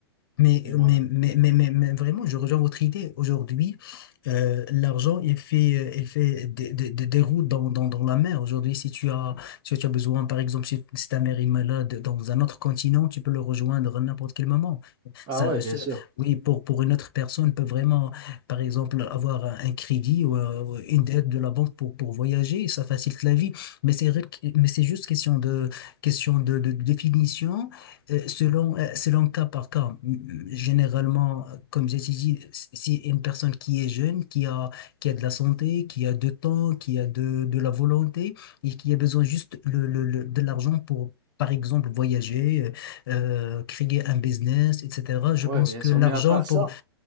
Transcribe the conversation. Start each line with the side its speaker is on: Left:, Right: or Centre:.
Left: Mais,
Right: ouais.
Left: mais, mais, mais, mais, mais vraiment, je rejoins votre idée. Aujourd'hui, euh, l'argent, il fait, euh, il fait des, des, des- des routes dans, dans, dans la mer. Aujourd'hui, si tu as, si tu as besoin, par exemple, si, si ta mère est malade dans un autre continent, tu peux le rejoindre à n'importe quel moment.
Right: Ah
Left: Ça,
Right: ouais, bien
Left: ce-
Right: sûr.
Left: oui, pour, pour une autre personne, peut vraiment, par exemple, avoir un un crédit ou euh, ou une dette de la banque pour, pour voyager. Ça facilite la vie. Mais c'est, vrai que- mais c'est juste question de, question de, de de définition euh, Selon, euh, selon cas par cas, M- généralement, euh, comme j'ai dit, si une personne qui est jeune, qui a, qui a de la santé, qui a du temps, qui a de, de la volonté et qui a besoin juste le, le- le- de l'argent pour, par exemple, voyager, euh, euh, créer un business, etc., je
Right: Ouais,
Left: pense
Right: bien
Left: que
Right: sûr.
Left: l'argent
Right: Mais à part
Left: pour...
Right: ça,